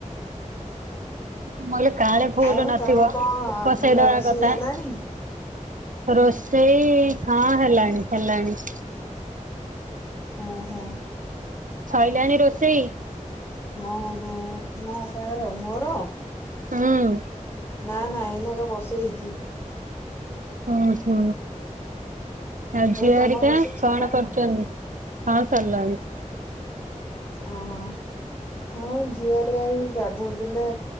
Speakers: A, on the right; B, on the left.
A: ମୁଁ କଲି କାଳେ ଫୁଲ୍
B: ଆଉ
A: ନଥିବ
B: ତମ କଣ
A: ପସେଇଦବା
B: ହେଲା ରୋଷେଇ
A: କଥା।
B: ହେଲାଣି?
A: ରୋଷେଇ ହଁ ହେଲାଣି ହେଲାଣି।
B: ଅଁ ହ।
A: ଶଇଲାଣି ରୋଷେଇ?
B: ହଁ ର ନା କାର ମୋର?
A: ହୁଁ।
B: ନା ନା ଏଇନା ବା ବସେଇଚି।
A: ଉଁ ହୁଁ ଆଉ ଝିଅ
B: ତମ
A: ହରିକା
B: ରୋଷେଇ ସରିଲାଣି
A: କଣ କରୁଚନ୍ତି? ହଁ ସରଲାଣି।
B: ଓହୋ ହଁ ଝିଅ ହରିଆ ଏଇ ଗାଧଉଥୁଲେ।